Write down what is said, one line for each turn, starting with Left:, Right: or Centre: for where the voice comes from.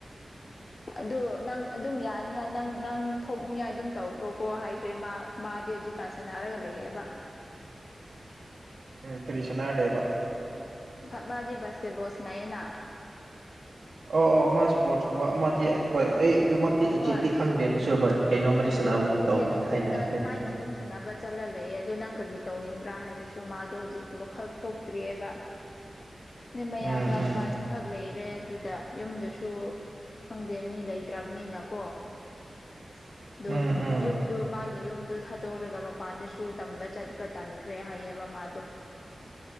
Left: ꯑꯗꯣ ꯅꯪ ꯑꯗꯨꯝ ꯌꯥꯅꯤꯉꯥꯏ ꯅꯪ ꯅꯪ ꯊꯣꯛꯅꯤꯡꯉꯥꯏ ꯑꯗꯨꯝ ꯇꯧꯈ꯭ꯔꯣꯀꯣ ꯍꯥꯏꯈ꯭ꯔꯦ ꯃꯥ ꯃꯥꯗꯤ ꯍꯧꯖꯤꯛꯀꯥꯟ ꯁꯥꯟꯅꯔꯒ ꯂꯩꯌꯦꯕ
Right: ꯀꯔꯤ ꯁꯥꯟꯅꯔ ꯂꯩꯕ
Left: ꯐꯥꯏꯞ ꯃꯥꯗꯤ ꯕꯥꯁꯀꯦꯠ ꯕꯣꯜ ꯁꯥꯅꯩꯌꯦꯅ
Right: ꯑꯣ ꯑꯣ ꯃꯥ ꯁ꯭ꯄꯣꯔꯠꯁꯀꯨꯝꯕ ꯑꯃꯥꯗꯤ ꯍꯣꯏ ꯑꯩ ꯑꯗꯨꯃꯛꯇꯤ ꯑꯦꯛꯖꯦꯛꯇꯤ
Left: ꯍꯣꯏ
Right: ꯈꯪꯗꯦ ꯑꯗꯨꯁꯨ ꯍꯣꯏ ꯀꯩꯅꯣꯝꯃꯗꯤ
Left: ꯑꯗꯨ
Right: ꯁꯥꯟꯅꯥꯕꯒꯨꯝ
Left: ꯅꯨꯡꯊꯤꯟ
Right: ꯇꯧꯕꯅꯤ
Left: ꯅꯨꯡꯊꯤꯟꯗ
Right: ꯊꯥꯏꯅ ꯍꯥꯏꯐꯦꯠ
Left: ꯑꯗꯨꯃꯥꯏꯅ
Right: ꯎꯝ
Left: ꯑꯗꯨꯝ ꯁꯥꯟꯅꯕ ꯆꯠꯂ ꯂꯩꯌꯦ ꯑꯗꯨ ꯅꯪ ꯀꯔꯤ ꯇꯧꯅꯤꯡꯕ꯭ꯔꯥ ꯍꯥꯏꯔꯁꯨ ꯃꯥꯗꯣ ꯍꯧꯖꯤꯛ ꯋꯥꯈꯜ ꯊꯣꯛꯇ꯭ꯔꯤꯌꯦꯕ ꯅꯦ ꯃꯌꯥꯝꯕ
Right: ꯎꯝ
Left: ꯃꯕꯥꯟꯅꯤ ꯈꯛ ꯂꯩꯔꯦ ꯑꯗꯨꯗ ꯌꯨꯝꯗꯨꯁꯨ ꯈꯪꯗꯦ ꯃꯤ ꯂꯩꯇ꯭ꯔꯕꯅꯤꯅꯀꯣ
Right: <inaudible>
Left: ꯗꯣ
Right: ꯎꯝ
Left: ꯌꯨꯝ ꯑꯗꯨ ꯃꯥꯒꯤ ꯌꯨꯝꯗꯨ ꯊꯥꯗꯣꯛꯔꯒ ꯃꯄꯥꯟꯗꯁꯨ ꯇꯝꯕ ꯆꯠꯄ ꯇꯟꯈ꯭ꯔꯦ ꯍꯥꯏꯌꯦꯕ ꯃꯥꯗꯣ